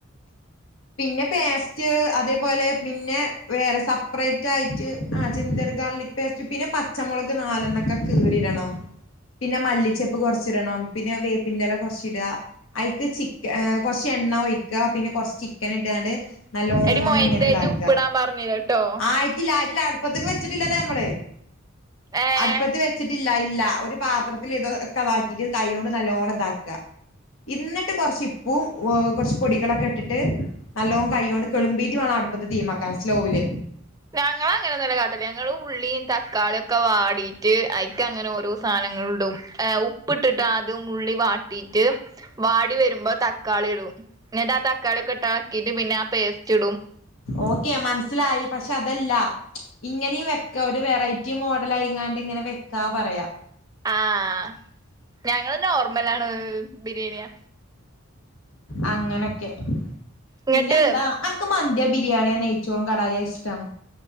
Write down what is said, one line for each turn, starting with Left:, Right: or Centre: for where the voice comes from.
Left: പിന്നെ പേസ്റ്റ് അതേപോലെ പിന്നെ വേറെ സെപ്പറേറ്റ് ആയിട്ട് ആ ചിന്ത ഗാർലിക് പേസ്റ്റ് പിന്നെ പച്ചമുളക് നാലെണ്ണക്കെ ക കേറിടണം പിന്നെ മല്ലിച്ചപ്പ് കുറച്ചിടണം പിന്നെ വേപ്പിൻന്റെറെല കുറച്ച ഇടുക അതിക്ക് ചിക്ക കുറച്ച എണ്ണ ഒഴിക്ക പിന്നെ കൊറച്ച് ചിക്കൻ ഇട്ടാണ്ട് നല്ല ഓണം
Right: എടി മൊയന്റേജ്
Left: ഇങ്ങനെതാക്കുക
Right: ഉപ്പിടാൻ പറഞ്ഞില്ലട്ടോ
Left: ആയിരത്തിള്ളായിരത്തി അടുപ്പത്തക്ക് വെച്ചിട്ടില്ലല്ലേ നമ്മള്
Right: ഏഹ്
Left: അടുപ്പ വെച്ചിട്ട ഇല്ല ഇല്ല ഒരു പാത്രത്തിൽ ഇത ഒക്കെ അതാക്കിട്ട് കൈ കൊണ്ട് നല്ലവോണം ഇതാക്കുക ഇന്നിട്ട് കൊറച്ച് ഇപ്പും കുറച്ച് പൊടികളൊക്കെ ഇട്ടിട്ട് നല്ലോണം കയ്യോ കൊണ്ട് കിളുമ്പീറ്റു വേണം അടുപ്പത്തെ തീമാക്കാൻ സ്ലോവില്
Right: ഞങ്ങ അങ്ങനെ നല്ല കാട്ടല്ല ഞങ്ങൾ ഉള്ളിയും തക്കാളിയ ഒക്കെ വാടിട്ട് അഐക്ക അങ്ങനെ ഓോ സധന ഉപ്പിട്ടിട്ട് അത് ഉി കട്ടട്ട് വാടി വരുമ്പോ തക്കാളി ഇടും എന്നിട്ട് ആ തക്കാളി കെട്ട ിട്ട് പിന്നെ ആ പേസ്റ്റ് ഇടും
Left: ഓക്കെ മനസ്സിലായി പക്ഷെ അതല്ല ഇങ്ങനെയും വെക്കാ ഒരു വെറൈറ്റി മോഡൽ ആയിങ്ങാണ്ട് ഇങ്ങനെ വെക്കാ പറയാ
Right: ആഹ ഞങ്ങള് നോർമല ആാണ് ബിരിയാണിയാ
Left: അങ്ങനൊക്കെ
Right: ഇങ്ങട്ട്
Left: പിന്നെ എന്താനക്ക് മന്തി ബിരിയാണിയാണ് ഏച്ചോവുംും കടായ ഇഷ്ടം